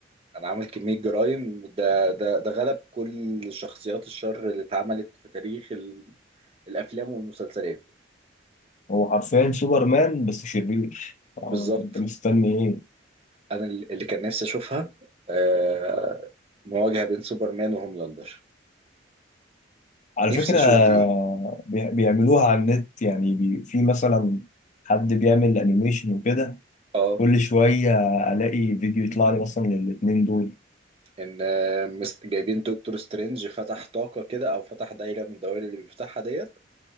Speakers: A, on the right; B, on the left.
A: أنا عامل كمية جرايم ده ده ده غلب كل شخصيات الشر اللي اتعملت في تاريخ ال- الأفلام والمسلسلات
B: هو حرفيا سوبرمان بس شرير آه،
A: بالظبط
B: انت مستني ايه
A: انا اللي كان نفسي اشوفها آه، مواجهه بين سوبرمان وهوملاندر
B: على
A: نفسي
B: فكرة
A: اشوف دي
B: بي- بيعملوها على النت يعني بي في مثلا حد بيعمل انيميشن وكده
A: اه
B: كل شوية الاقي فيديو يطلع لي مثلا للاتنين دول
A: ان آه، مس- جايبين دكتور سترينج فتح طاقه كده او فتح دايره من الدوائر اللي بيفتحها ديت